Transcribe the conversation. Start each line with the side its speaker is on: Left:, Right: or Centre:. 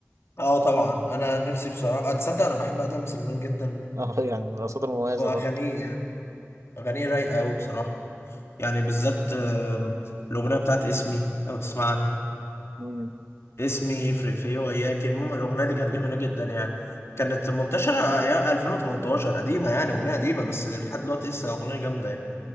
Left: اه طبعا انا نفسي بصراحه اتصدق انا بحب ادم سليمان جدا
Right: <laughs> اه يعني من الاصوات المميزة
Left: واغانيه
Right: برضه
Left: يعني اغانيه رايقه قوي بصراحه يعني بالذات آم، الاغنيه بتاعت اسمي لو تسمع عنها
Right: مم.
Left: اسمي يفرق في ايه وياك المهم الاغنيه دي كانت جميله جدا يعني كانت منتشره ايام 2018 قديمه يعني اغنيه قديمه بس لحد دلوقتي لسه اغنيه جامده يعني